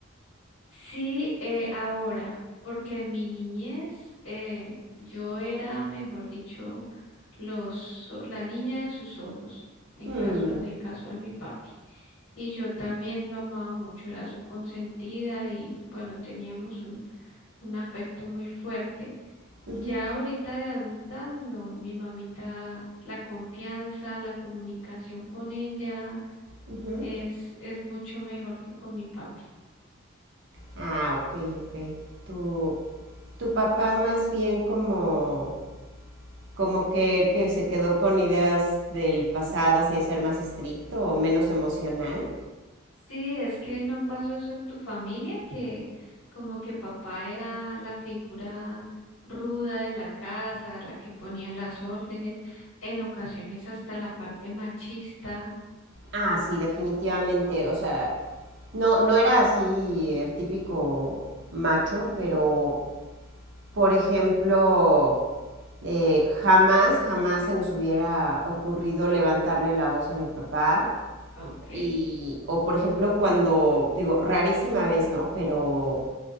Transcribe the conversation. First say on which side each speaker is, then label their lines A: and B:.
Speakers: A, on the left (about 60°); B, on the right (about 55°).
A: Sí, eh, ahora, porque en mi niñez eh, yo era, mejor dicho, los, o- la niña de sus ojos, en
B: Mm,
A: caso, en el caso de mi papi. Y yo también lo amaba mucho, era su consentida y bueno, teníamos un, un afecto muy fuerte.
B: ujú,
A: Ya ahorita de adulta, no, mi mamita, la confianza, la comunicación con ella
B: ujú.
A: es, es mucho mejor que con mi papi.
B: Ah, ok, ok. Tu, tu papá más bien como, como que, que se quedó con ideas del pasado, así de ser más estricto o menos emocional.
A: Sí, es que no pasó eso en tu familia, que como que papá era la figura ruda de la casa, la que ponía las órdenes, en ocasiones hasta la parte machista.
B: Ah, sí, definitivamente. O sea, no, no era así el típico macho, pero, por ejemplo, Eh, jamás, jamás se nos hubiera ocurrido levantarle la voz a mi papá.
A: Ok,
B: Y, o por ejemplo, cuando, digo, rarísima vez, ¿no? Pero